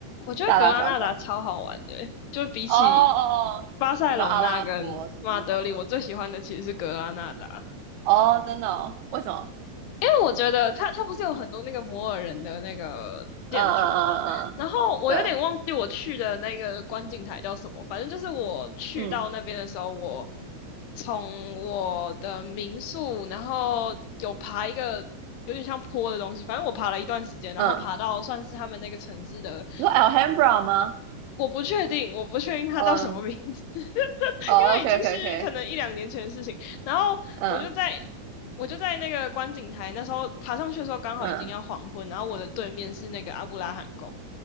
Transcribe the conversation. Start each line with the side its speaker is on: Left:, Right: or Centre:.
Left: 我觉得格拉纳达超好玩的欸，
Right: 大大小小的。
Left: 就比起
Right: 哦哦哦，
Left: 巴塞隆纳跟马德里，
Right: 对吧？阿拉伯什么那种吗？
Left: 我最喜欢的其实是格拉纳达，
Right: 哦，真的哦？为什么？
Left: 因为我觉得它它不是有很多那个摩尔人的那个建筑嘛，
Right: 嗯嗯嗯嗯嗯，
Left: 然后我有点忘记我去的那个观景台叫什么，
Right: 对，
Left: 反正就是我去到那边的时候，
Right: 嗯
Left: 我从我的民宿，然后有爬一个有点像坡的东西，反正我爬了一段时间，然后爬到算是他们那个城市的
Right: 嗯，你说 Alhambra 吗？
Left: 我不确定，我不确定他叫什么名字，
Right: 嗯，
Left: <laughs> 因为已经是可能一两年前的事情。
Right: 哦，OK OK OK，
Left: 然后我就在
Right: 嗯
Left: 我就在那个观景台，那时候爬上去的时候刚好已经要黄昏，
Right: 嗯，
Left: 然后我的对面是那个阿布拉罕宫，